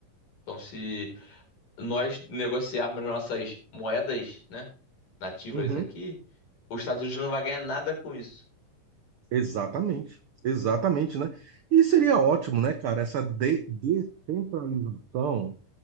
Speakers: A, on the left; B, on the right.
A: Então, se nós negociarmos nossas moedas, né, nativas
B: Uhum.
A: aqui, os Estados Unidos não vai ganhar nada com isso.
B: Exatamente, exatamente, né? E seria ótimo, né, cara, essa de- descentralização